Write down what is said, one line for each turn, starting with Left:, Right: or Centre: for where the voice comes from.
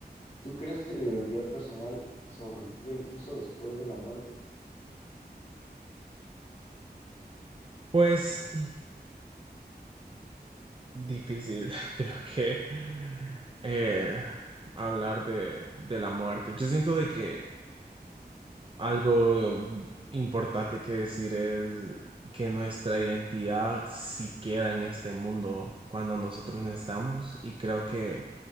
Left: ¿Tú crees que la identidad personal sobrevive incluso después de la muerte?
Right: Pues difícil, <laughs> creo que eh, hablar de, de la muerte. Yo siento de que algo importante que decir es que nuestra identidad sí queda en este mundo cuando nosotros no estamos y creo que